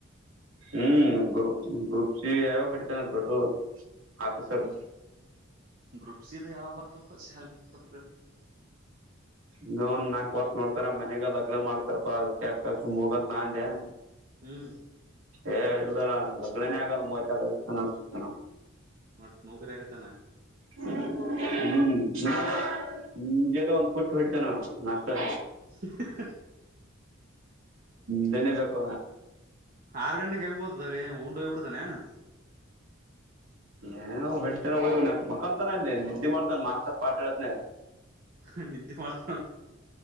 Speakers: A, on the right (about 75°); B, on the right (about 45°).
A: ಹ್ಮ್ ಗ್ರೂಪ್ ಗ್ರೂಪ್ ಸಿ ಯಯೋ ಬಿಡ್ತನೆ ದೊಡ್ಡು ಆಫೀಸರು
B: ಹ್ಮ್ ಗ್ರೂಪ್ ಸಿದು ಯಾವ ಬರ್ತೊಪ್ಪ <unintelligible>
A: ಈಗ ಒಂದ್ ನಾಕ್ ವರ್ಷ ನೋಡ್ತರ ಮನೆಗ ಲಗ್ನ ಮಾಡ್ತಾರಪ್ಪಾ <unintelligible>
B: ಹ್ಮ್
A: ಏ ಇಲ್ಲ ಅಣ ಮದ್ವೆನೇ ಆಗಲ್ಲ ಮೂವತ್ ಎರಡು ವರ್ಷ ತನ ತನ
B: ಮತ್ ನೌಕರಿ ಆಗೈತನ
A: ಹ್ಮ್ ನಿಂಗೆಲ್ಲ ಒಂದ್ ಪುಟ್ಟ ಹೊಡಿತಾನ ನಾಷ್ <inaudible>
B: <inaudible>
A: ನೇನಿಬೇಕ್
B: ಆರ್ ಗಂಟೆಗೆ ಹೆಂಗ್ ಹೋತದ ಏಂಡು ಹೋಗ್ ಬಿಡ್ತಾನ ಏ
A: ಏ ಹೊಡತಾನಯ್ ನಕ್ ಮಕ್ಕಂತಾನ ಇ ನಿದ್ದೆ ಮಾಡ್ತಾನ ಮಾಸ್ತರ್ ಪಾಟ್ ಹೇಳತ್ನ
B: ನ ನಿಿದ್ದೆ ಮಾಡ್ತ